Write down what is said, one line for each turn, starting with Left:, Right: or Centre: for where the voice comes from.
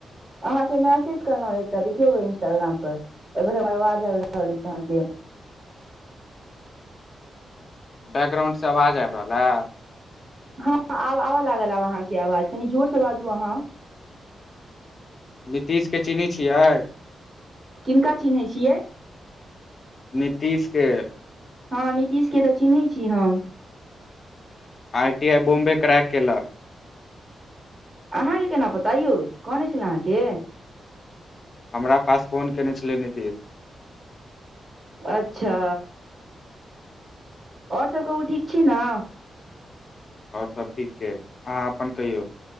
Right: अहाँके मैसेज कएलहु एकटा देखियौ ग इंस्टाग्राम पर अगर हमर आवाज आबि रहल अछि अहाँके
Left: बैकग्राउंड से आवाज आबि रहल हैय?
Right: हँ आबऽ आबे लागल अहाँके आवाज, कनि जोरसे बाजू अहाँ
Left: नीतीश के चिन्है छियै?
Right: किनका चिन्हैत छियै?
Left: नीतीश के!
Right: हँ, नीतीशके तऽ चिन्है छी हम
Left: R T I Bombay crack केेलक।
Right: अहाँके केना पता यौ? कहने छलय अहाँके?
Left: हमरा पास फोन कयने छलै नीतीश
Right: अच्छा और सब कहू, ठीक छी ने?
Left: आओर सभ ठीक छै अहाँ अपन कहियौ